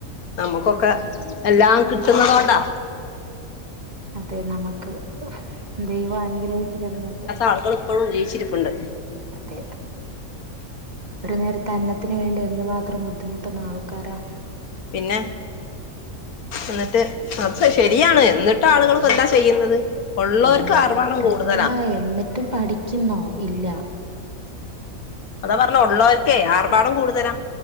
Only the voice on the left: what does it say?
നമുക്കൊക്കെ
എല്ലാം കിട്ടുന്നത് കൊണ്ടാ
ആള്കള് ഇപ്പഴും ജീവിച്ചിരിപ്പോണ്ട്
പിന്നെ എന്നിട്ട് അത് ശെരിയാണ് എന്നിട്ട് ആളുകള്പ്പോ എന്താ ചെയ്യുന്നത് ഉള്ളവർക്ക്
ആർഭാടം
കൂടുതലാ
അതാ പറഞ്ഞ് ഒള്ളോർക്കെ ആർഭാടം കൂടുതലാ